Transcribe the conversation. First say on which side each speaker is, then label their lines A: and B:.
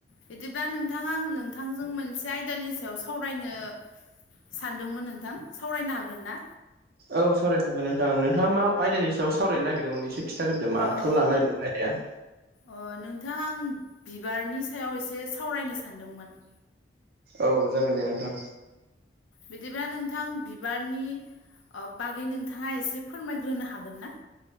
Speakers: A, on the left; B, on the right.
A: बिदिब्ला नोंथां आं नोंथांजों मोनसे आयदानि सायाव सावरायनो सानदोंमोन नोंथां सावरायनो हागोन ना
B: औ सावरायनो हागोन नोंथां नोंथाङा मा आयदानि सायाव सावरायनो नागिरदोंमोन एसे खिथा गोरदो माखौ
A: अ
B: लानो नागिरदोंमोन आयदाया
A: अ नोंथां आं बिबारनि सायाव एसे सावरायनो सानदोंमोन
B: औ जागोन दे नोंथां
A: बिदिब्ला नोंथां बिबारनि बागै नों थाङा एसे फोरमायग्रोनो हागोन ना